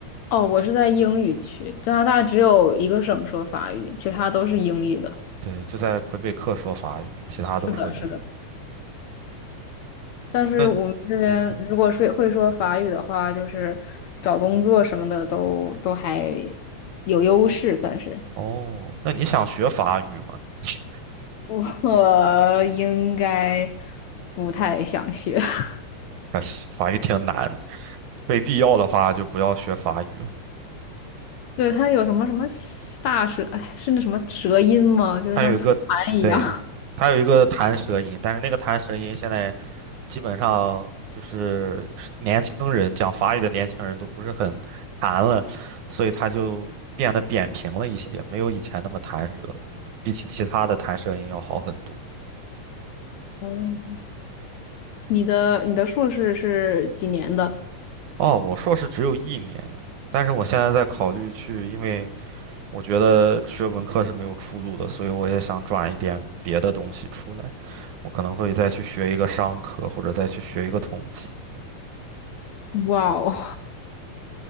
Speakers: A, on the left; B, on the right.
A: 哦，我是在英语区，加拿大只有一个省说法语，其他都是英语的。
B: 对，就在魁北克说法语，其他都说英语。
A: 是的，是的。但是我们这边如果说会说法语的话，
B: 那，嗯哼。
A: 就是找工作什么的都都还有优势，算是。
B: 哦，那你想学法语吗？<laughs>
A: 我应该不太想学。<laughs>
B: 可是法语挺难的，非必要的话就不要学法语了。
A: 对，他有什么什么大舌，哎，是那什么舌音吗？就是像吐痰一样。
B: 还有一个，对，还有一个弹舌音，但是那个弹舌音现在基本上就是年轻人讲法语的年轻人都不是很弹了，所以它就变得扁平了一些，没有以前那么弹舌了，比起其他的弹舌音要好很多。
A: 哦，<laughs> 你的你的硕士是几年的？
B: 哦，我硕士只有一年，但是我现在在考虑去，因为。我觉得学文科是没有出路的，所以我也想转一点别的东西出来。我可能会再去学一个商科，或者再去学一个统计。
A: 哇哦，